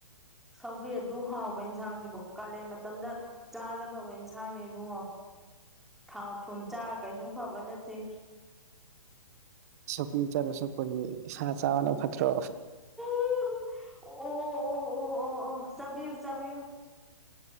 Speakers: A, in the centre; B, on the right.
A: ꯁꯧꯒ꯭ꯔꯤ ꯑꯗꯨ ꯍꯥꯎꯕ ꯏꯟꯁꯥꯡꯁꯤꯕꯨ ꯀꯥꯂꯦꯟ ꯃꯇꯝꯗ ꯆꯥꯒꯗꯧꯕ ꯏꯟꯁꯥꯡꯅꯦ ꯏꯕꯨꯡꯉꯣ ꯊꯥꯎ ꯊꯨꯝ ꯆꯥꯔ ꯀꯩꯁꯨꯝ ꯐꯕ ꯅꯠꯇꯦ
B: ꯁꯛꯄꯤ ꯆꯔꯨꯁꯨꯄꯔꯤ ꯁꯥ ꯆꯥꯕꯅ ꯐꯠꯇ꯭ꯔꯣ
A: ꯑꯣ ꯑꯣ ꯑꯣ ꯑꯣ ꯑꯣ ꯆꯕꯤꯌꯣ ꯆꯕꯤꯌꯣ